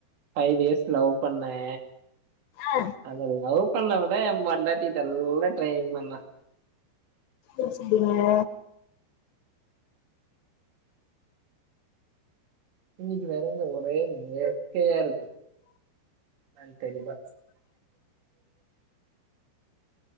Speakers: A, on the right; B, on the left.
A: ஃபைவ் இயர்ஸ் லவ் பண்ணே
B: ஆ
A: அந்த லவ் பண்ணவதா ஏ பொண்டாட்டிடெல்லா ட்ரெயின் பண்ணா
B: ம் செரிங்கிங்க
A: இன்னிக்கி நெறைந்த ஒரே நேர் க்கயா இருக்கு என்னன்னு தெரில